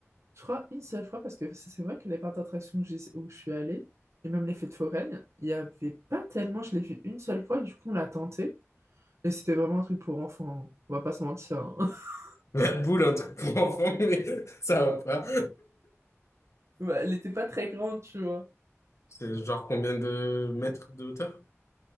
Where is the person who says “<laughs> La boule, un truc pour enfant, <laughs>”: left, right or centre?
Left